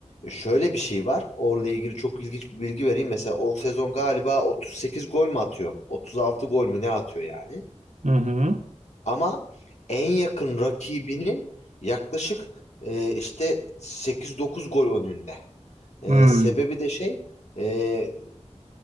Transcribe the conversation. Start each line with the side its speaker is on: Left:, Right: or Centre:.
Left: şöyle bir şey var. Orla ilgili çok ilginç bir bilgi vereyim. Mesela o sezon galiba 38 gol mü atıyor? 36 gol mü ne atıyor yani?
Right: Hı hı.
Left: Ama en yakın rakibinin yaklaşık e, işte sekiz dokuz gol önünde. E,
Right: Hı hı.
Left: sebebi de şey e,